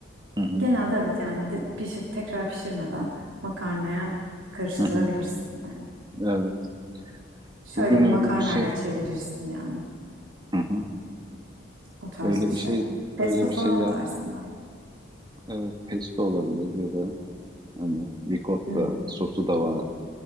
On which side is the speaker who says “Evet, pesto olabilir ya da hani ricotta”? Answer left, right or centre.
Right